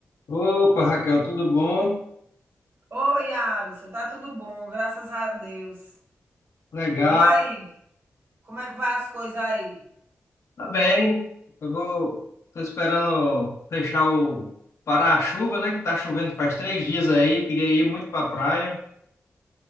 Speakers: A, on the left; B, on the right.
A: Opa, Raquel, tudo bom?
B: Oi, Alisson, tá tudo bom, graças a Deus.
A: Legal,
B: E aí, como é que vai as coisas aí?
A: tá bem. Eu vou, tô esperando fechar o parar a chuva, né? Que tá chovendo faz três dias aí. Queria ir muito pra praia.